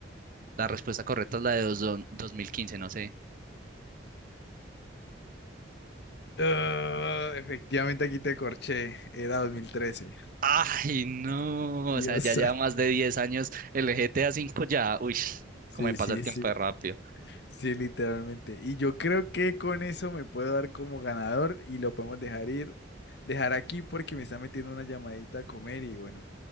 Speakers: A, on the right; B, on the left.
A: La respuesta correcta es la de dos- don- dos mil quince no sé.
B: Ah, efectivamente aquí te corché, era dos mil trece
A: Ay, no,
B: Dios.
A: o sea, ya
B: santo.
A: lleva más de 10 años el GTA cinco ya, uy,
B: Sí,
A: cómo me pasa
B: sí,
A: el tiempo
B: sí.
A: de rápido.
B: Sí, literalmente. Y yo creo que con eso me puedo dar como ganador y lo podemos dejar ir, dejar aquí porque me está metiendo una llamadita a comer y bueno,